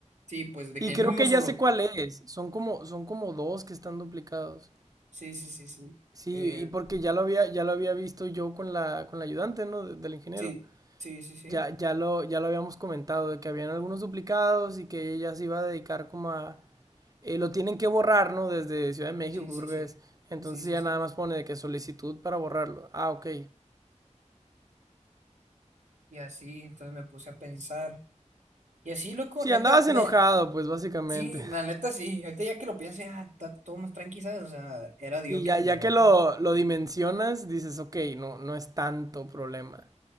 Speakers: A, on the right; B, on the right.
A: Sí, pues de
B: Y
A: que en
B: creo
A: uno
B: que
A: solo,
B: ya sé
A: pues.
B: cuál es. Son como, son como dos que están duplicados.
A: Sí, sí, sí, sí.
B: Sí,
A: Eh,
B: y porque ya lo había, ya lo había visto yo con la, con la ayudante, ¿no? de- del ingeniero.
A: sí, sí, sí, sí.
B: Ya, ya lo, ya lo habíamos comentado, de que habían algunos duplicados y que ella se iba a dedicar como a... eh, lo tienen que borrar, ¿no? Desde Ciudad de México,
A: Sí, sí,
B: creo
A: sí.
B: que es. Entonces
A: Sí, sí,
B: ya
A: sí.
B: nada más pone de que solicitud para borrarlo. Ah, ok.
A: Y así, entonces me puse a pensar. Y así, loco,
B: Sí,
A: neta,
B: andabas
A: me...
B: enojado, pues básicamente.
A: Sí,
B: <laughs>
A: la neta sí. Ahorita ya que lo pienso, ya está todo más tranqui, ¿sabes? O sea, era Diokis
B: Sí, ya,
A: mi
B: ya
A: enojo.
B: que lo, lo dimensionas, dices, ok, no, no es tanto problema.